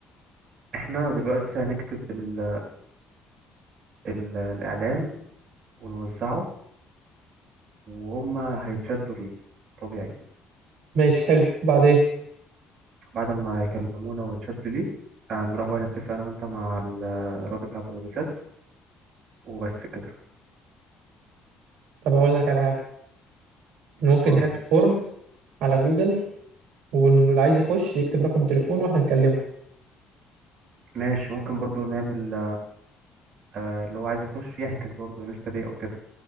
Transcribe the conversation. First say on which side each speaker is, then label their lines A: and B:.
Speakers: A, on the right; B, on the right.
A: إحنا دلوقتي هنكتب ال... ال... الإعلان ونوزعه وهما هيتشدوا ليه طبيعي
B: ماشي حلو بعدين
A: بعد ما يكلمونا ويتشدوا ليه آه، نروح بقى نتفق أنا وأنت مع الراجل بتاع الأوتوبيسات وبس كده
B: طب هقول لك على حاجة إن ممكن
A: قول
B: نعمل فورم على جوجل واللي عايز يخش يكتب رقم تليفونه واحنا نكلمه
A: ماشي ممكن برضو نعمل آه لو عايز يخش يحجز برضو انستا باي او كده